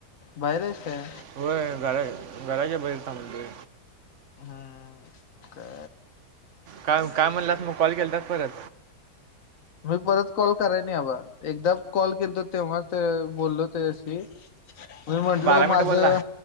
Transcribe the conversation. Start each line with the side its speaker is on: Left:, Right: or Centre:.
Left: बाहेर आहेच काय?
Right: होय घरा घराचे बाहेर थांबलोय.
Left: हम् का
Right: काय काय म्हणलंस मग कॉल केलतास परत.
Left: मी परत कॉल कराय नाही बाबा एकदा कॉल केल तर तेव्हा ते बोललो तेशी. मी म्हंटलो
Right: बारा मिनटं
Left: माझं
Right: बोलला